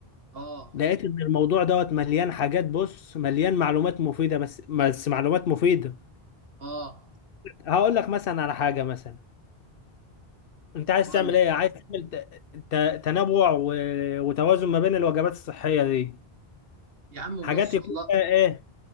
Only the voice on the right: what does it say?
اه
اه
قول
يا عم
بص
والله